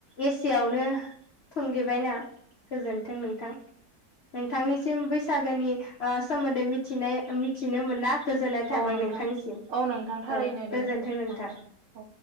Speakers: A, on the left (about 70°); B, on the right (about 75°).
A: एसेयावनो थुंगेबायना गोजोनथों नोंथां नोंथांनिसिम बो बैसागोनि ओ सोमोन्दै मिथिनाय अम थिनो मोनना गोजोननाय थाबाय
B: औ नोंथां
A: नोंथांसिम
B: औ नोंथां थारैनो
A: औ
B: दे
A: गोजोन्थों
B: दे
A: नोंथां
B: औ औ औ